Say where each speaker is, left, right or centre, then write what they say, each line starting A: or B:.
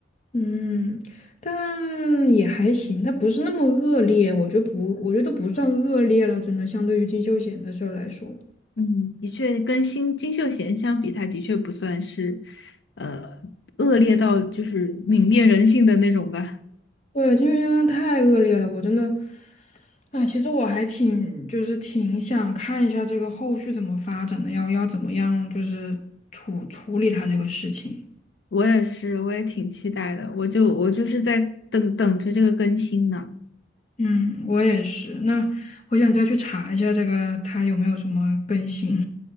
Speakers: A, on the left; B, on the left.
A: 嗯，但也还行，它不是那么恶劣，我觉得不，我觉得都不算恶劣了，真的，相对于金秀贤的事儿来说，
B: 嗯，的确跟新金秀贤相比，他的确不算是呃恶劣到就是泯灭人性的那种吧。
A: 对，金秀贤真的太恶劣了，我真的，啊，其实我还挺，就是挺想看一下这个后续怎么发展的，要要怎么样，就是处处理他这个事情。
B: 我也是，我也挺期待的。我就我就是在等等着这个更新呢。
A: 嗯，我也是。那我想再去查一下这个，它有没有什么更新。